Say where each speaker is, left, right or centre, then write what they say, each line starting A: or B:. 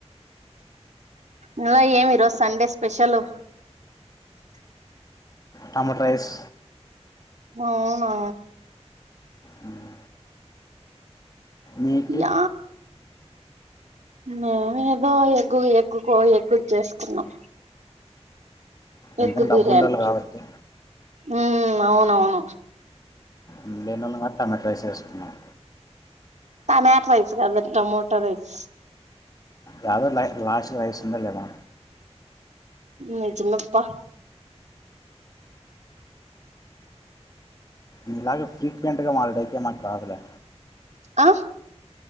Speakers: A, on the right (about 90°); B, on the left (about 35°).
A: నువే ఏమి రోజు సండే స్పెషలు.
B: Tomato rice.
A: అవునా.
B: మ్మ్. నీకు
A: య. మేము ఏదో ఎగ్గూ ఎగ్గూకో ఎగ్గూ చేసుకున్నాం. ఎగ్గు
B: ఎంత
A: బిర్యానీ.
B: డబ్బు ఉండాలి కాబట్టి
A: ఉ అవునవును.
B: మేం లేనోళ్ళం కాబట్టి. ట్యామాటో రైస్ చేసుకున్నాం.
A: ట్యమాట రైస్ కాదది టొమోటో రైస్.
B: యాదొ లే లాస్ట్ లో రైస్ ఉందా లేదా.
A: నిజమబ్బా.
B: మీలాగ ఫ్రీక్వెంట్గా మాట్లాడుడైతే మాకు రాదులే.
A: ఆ.